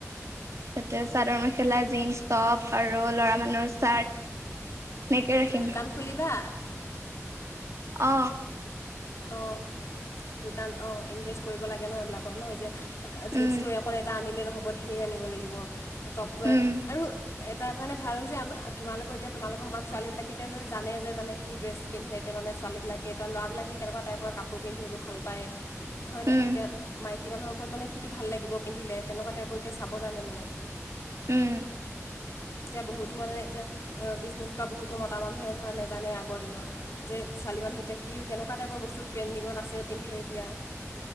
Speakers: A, on the right; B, on the left.
A: তাতে চাদৰ মেখেলা, জীন্স, টপ আৰু ল'ৰা মানুহৰ চাৰ্ট। এনেকে ৰাখিম।
B: তুমি দোকান খুলিবা?
A: অ।
B: অ দোকান অ ইনভেষ্ট কৰিব লাগে ন এইবিলাকত ন এতিয়া। জিনন্সটো
A: উম,
B: অকলে এটা আনিলে নহ'ব ধেই আনিব লাগিব টপটোৱে
A: উম,
B: আৰু এটা কাৰণে ভাল যে আম তোমালোকৰ এতিয়া তোমা লোকৰ সমান ছোৱালী বিলাকে এতিয়া যে জানে যোনে কি ড্ৰেছ পিন্ধে এতিয়া মানে ছোৱালী এতিয়া ল'ৰাবিলাকে কেনেকুৱা টাইপৰ কাপোৰ পিন্ধিব ভাল পায় হয় নে
A: উম,
B: এতিয়া মাইকী মানুহৰ পত মানে কিটো ভাল লাগিব পিন্ধিলে তেনেকুৱা টাইপৰ এতিয়া চাব জানে মানে
A: উম
B: এতিয়া বহুতো মানে এতিয়া বিজনেছ কৰা বহুতো মতা মানুহে ধৰা নেজানে আগৰ দিনৰ যে ছোৱালী মানুহৰ এতিয়া কি কেনেকুৱা টাইপৰ বস্তু ট্ৰেনণ্ডিঙত আছে পিন্ধে এতিয়া।